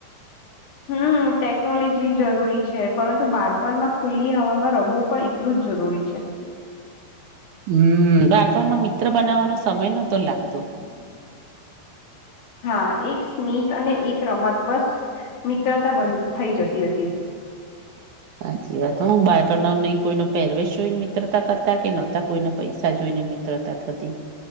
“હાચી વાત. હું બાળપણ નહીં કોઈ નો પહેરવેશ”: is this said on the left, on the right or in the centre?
Right